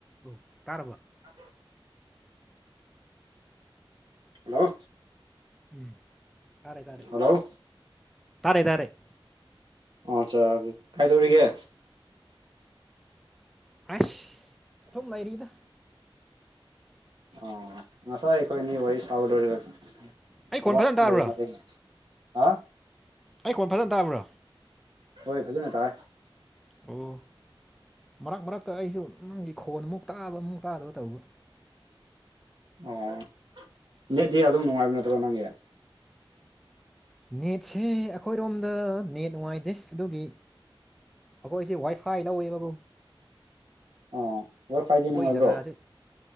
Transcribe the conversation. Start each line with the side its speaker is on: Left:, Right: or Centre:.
Centre: ꯑꯣ ꯇꯥꯔꯕ
Right: <unintelligible> ꯍꯜꯂꯣ
Centre: ꯎꯝ ꯇꯥꯔꯦ ꯇꯥꯔꯦ
Right: ꯍꯜꯂꯣ
Centre: ꯇꯥꯔꯦ ꯇꯥꯔꯦ
Right: ꯑꯣ ꯑꯆꯥꯖꯤ ꯀꯩꯗꯧꯔꯤꯒꯦ
Centre: ꯑꯥꯏꯁ ꯑꯁꯨꯝ ꯂꯩꯔꯤꯗ
Right: ꯑꯣ ꯉꯁꯥꯏ ꯑꯩꯈꯣꯏ ꯑꯅꯤ ꯋꯥꯔꯤ ꯁꯥꯕ ꯂꯣꯏꯔꯒ
Centre: ꯑꯩ
Right: ꯊꯕꯛ
Centre: ꯈꯣꯟ ꯐꯖꯅ ꯇꯥꯕ꯭ꯔꯥ
Right: ꯂꯩꯃꯅꯦꯅꯦ ꯑꯥ
Centre: ꯑꯩ ꯈꯣꯟ ꯐꯖꯟ ꯇꯥꯕ꯭ꯔꯣ
Right: ꯍꯣꯏ ꯐꯖꯅ ꯇꯥꯏ
Centre: ꯑꯣ ꯃꯔꯛ ꯃꯔꯛꯇ ꯑꯩꯁꯨ ꯅꯪꯒꯤ ꯈꯣꯟ ꯑꯃꯨꯛ ꯇꯥꯕ ꯑꯃꯨꯛ ꯇꯥꯗꯕ ꯇꯧꯕ
Right: ꯑꯣ ꯅꯦꯠꯗꯤ ꯑꯗꯨꯝ ꯅꯨꯡꯉꯥꯏꯕ ꯅꯠꯇ꯭ꯔꯣ ꯅꯪꯒꯤ
Centre: ꯅꯦꯠꯁꯦ ꯑꯩꯈꯣꯏꯔꯣꯝꯗ ꯅꯦꯠ ꯅꯨꯡꯉꯥꯏꯇꯦ ꯑꯗꯨꯒꯤ ꯑꯈꯣꯏꯁꯦ ꯋꯥꯏ ꯐꯥꯏ ꯂꯧꯋꯦꯕ ꯀꯣ
Right: ꯑꯣ ꯋꯥꯏ ꯐꯥꯏꯗꯤ
Centre: ꯑꯈꯣꯏ
Right: ꯅꯨꯡꯉꯥꯏꯕ꯭ꯔꯣ
Centre: ꯖꯒꯥꯁꯤ